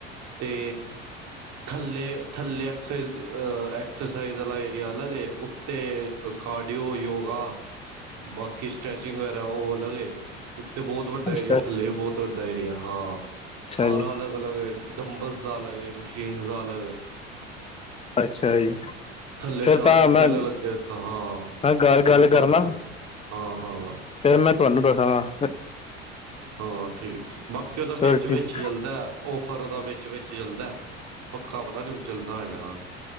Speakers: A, on the right (about 50°); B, on the left (about 15°).
A: ਤੇ ਥੱਲੇ, ਥੱਲੇ ਐਕ ਅ ਐਕਸਰਸਾਈਜ਼ ਵਾਲਾ ਏਰੀਆ ਅਲੱਗ ਏ ਤੇ ਕਾਰਾਡੀਓ, ਯੋਗਾ ਬਾਕੀ ਸਟ੍ਰੈਚਿੰਗ ਵਗੈਰਾ ਉਹ ਅਲਗੇ ਏ। ਉੱਥਤੇ ਬਹੁਤ ਵੱਡਾ
B: ਅੱਛਾ
A: ਏਰੀਆ, ਥੱਲੇ ਵੀ ਬਹੁਤ ਵੱਡਾ ਏਰੀਆ। ਹਾਂ,
B: ਅੱਛਾ
A: ਸਾਰਾ
B: ਜੀ
A: ਅਲੱਗ ਅਲਗ ਏ ਡੰਬਰਸ ਦਾ ਅਲਗ ਏ, ਮਸ਼ੀਨ ਦਾ ਅਲੱਗ ਏ
B: ਅੱਛਾ ਜੀ।
A: ਥੱਲੇ
B: ਫਿਰ
A: ਚਾਰ
B: ਤਾਂ
A: ਏਸੀ
B: ਮੈਂ
A: ਵਾਲੇ ਲੱਗੇ, ਹਾਂ
B: ਮੈਂ ਘਰ ਗੱਲ
A: ਉੱਪਰ
B: ਕਰਨਾ
A: ਹਾਂ-ਹਾਂ।
B: ਫਿਰ ਮੈਂ ਤੁਹਾਨੂੰ ਦੱਸਾਂਗਾ।
A: ਹਾਂ ਠੀਕ, ਬਾਕੀ ਉਹਦਾ
B: ਚਲੋ
A: ਵਿੱਚ-ਵਿੱਚ
B: ਠੀਕ
A: ਚੱਲਦਾ। ਆਫਰ ਉਹਦਾ ਵਿੱਚ-ਵਿਚ ਚੱਲਦਾ, ਪੱਖਾ ਪਤਾ ਨੀ ਹੁਣ ਚੱਲਦਾ ਹੋਏ ਨਾ।